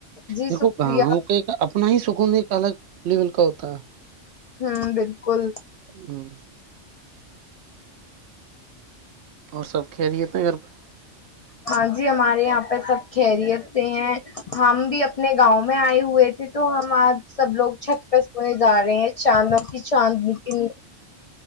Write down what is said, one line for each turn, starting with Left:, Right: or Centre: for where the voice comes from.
Left: جی
Right: دیکھو
Left: شکریہ
Right: گاؤں کے اپنا ہی سکون ایک الگ پلی ملک ہوتا ہ <unintelligible>
Left: ہوں بالکل
Right: ہوں <unintelligible> اور سب کہ دیےتے ہیں گھر پہ
Left: ہاں جی ہمارے یہاں پہ سب خریت ہیں ہم بھی اپنے گاؤں میں آئے ہوئے تھے تو ہم آج سب لوگ چھت پہ کو جا رہے ہیں چاندوں کی چاندنی کےنی